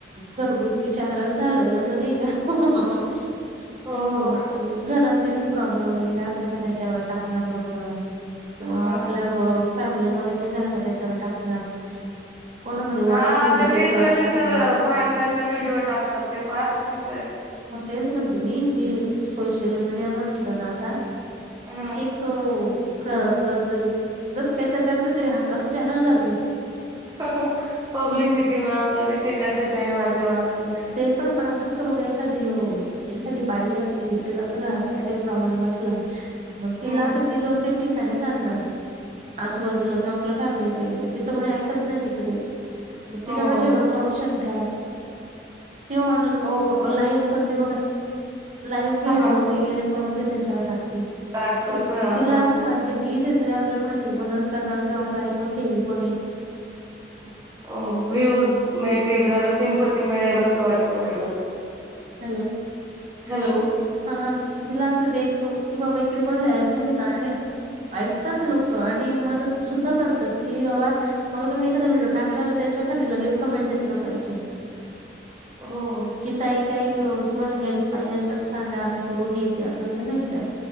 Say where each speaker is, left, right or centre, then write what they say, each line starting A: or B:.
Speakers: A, on the right (about 40°); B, on the right (about 20°).
A: घरगुती चॅनलचं झालाय जसं नाही का? हं हं हं
B: हो
A: नाई ग मी
B: हो
A: घरात त काही प्रॉब्लेम वगैरे असले का त्याच्यावर टाकणार लोक किंवा
B: हा
A: आपल्या ब फॅमिली मध्ये काही झालं का त्याच्यावर टाकणार. कोणामध्ये वाद
B: हा
A: झाले
B: आता
A: का त्याच्यावर
B: लिटरली
A: टाकणार
B: तर भांडणाचे व्हिडिओ टाकतात ते फार चुकीचंयं.
A: म तेच म्हणते मी की सोशल मीडिया म्हटलं ना आता
B: हा.
A: एक घरातलं ज जसं काहीतरी त्यांच ते हक्काचं चॅनल झालंय.
B: हं हं पब्लिसिटी
A: हम्म.
B: मिळवतात ईथे कशाच्याही माध्यमातनं.
A: ते पण पण आता कसं बघा एखादी अ एखादी बाई असली तिला अस घरात काहीतरी प्रॉब्लेम असला मग तिला
B: हम्म
A: अस ती दोन ठिक कानी सांगणार आजूबाजूला किंवा आपल्या फॅमिलीत वगैरे तिचं कोणी ऐकत नाही तिकडे. मग तिज्याकडे
B: हो.
A: शेवटचा ऑप्शन काय? ति ऑन अ लाईव्ह करते बघा लाईव्ह व्हिडिओ
B: ह हा
A: वगैरे करून ते त्याच्यावर टाकते ती
B: टाकतात हा
A: तिला
B: आणि
A: असं वाटत की इथे तरी आपल्याला कोणीतरी मदत करणार किंवा आपलं ऐकून घेईल कोणी
B: अ व्ह्यूज मिळतील जरा सिंपती मिळेल असं वाटतं महिलांना.
A: हॅलो
B: हॅलो
A: ह त तिला असं ये एक की बाबा इकडे कोणीतरी ऐकून घेत आणि ऐकतात लोक आणि मदत सुद्धा करतात की बाबा मला तुम्ही एखादा व्हिडिओ टाकला ना त्या च्याखाली लगेच कमेंट येते लोकांची.
B: हो.
A: कि ताई काही अ तुम्हाला हेल्प पाहिजे असल सांगा आम्ही करू हेे ते असं तसं नाही का?